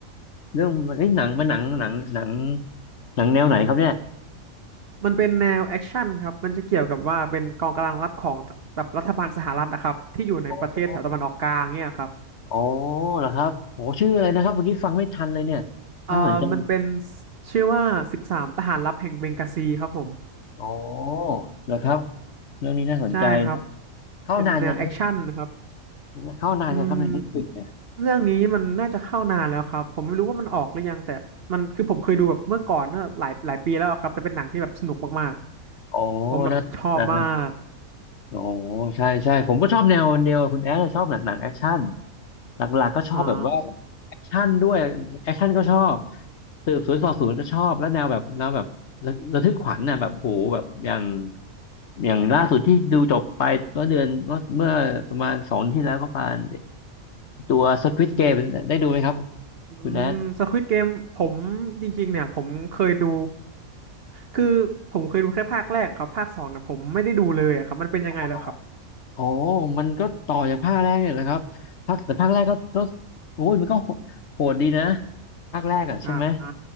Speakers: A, on the left; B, on the right.
A: เรื่องเอ้ยหนังเป็นหนังหนังหนังหนังแนวไหนครับเนี่ย
B: มันเป็นแนวแอคชั่นครับมันจะเกี่ยวกับว่าเป็นกองกำลังรับของแบบรัฐบาลสหรัฐนะครับที่อยู่ในประเทศแถวตะวันออกกลางเนี่ยครับ
A: โอ้โอ้เหรอครับโอ้ชื่ออะไรนะครับเมื่อกี้ฟังไม่ทันเลยเนี่ย
B: เอ่อมันเป็น
A: น่าสนใจ
B: ชื่อว่าสิบสามทหารลับแห่งเบงกาซีครับผม
A: โอ้เหรอครับเรื่องนี้น่าสนใจนะ
B: ใช่ครับ
A: เข้านานยังเนี่
B: เป็นแนวแอคชั่นนะครับ
A: ยเข้านานยังครับใน
B: อืม
A: Netflix เนี่ย
B: เรื่องนี้มันน่าจะเข้านานแล้วครับผมไม่รู้ว่ามันออกหรือยังแต่มันคือผมเคยดูแบบเมื่อก่อนเนอะหลายหลายปีแล้วครับแต่เป็นหนังที่แบบสนุกมากๆผมแบบชอบมาก
A: โอ้น่า โอ้ใช่ใช่ผมก็ชอบแนวเดียวกับคุณแอดชอบหนังหนังแอคชั่นหลักๆก็ชอบแบบว่า
B: อ่า
A: แอคชั่นด้วยแอคชั่นก็ชอบสืบสวนสอบสวนก็ชอบแล้วแนวแบบแนวแบบระระทึกขวัญน่ะแบบโหแบบอย่างอย่างล่าสุดที่ดูจบไปเมื่อเดือนก็เมื่อประมาณสองที่แล้วก็ประมาณตัว Squid Game ได้ดูไหมครับ
B: อืมสควิดเกมผมจริงๆเนี่ยผมเคยดู
A: คุณแอด
B: คือผมเคยดูแค่ภาคแรกครับภาคสองเนี่ยผมไม่ได้ดูเลยอะครับมันเป็นยังไงแล้วครับ
A: โอ้อหรอโอ้มันก็ต่อจากภาคแรกเนี่ยแหละครับภาคแต่ภาคแรกก็ก็โอ้ยมันก็โหโหดดีนะภาคแรกอ่ะใช่ไหม
B: อ่าอ่า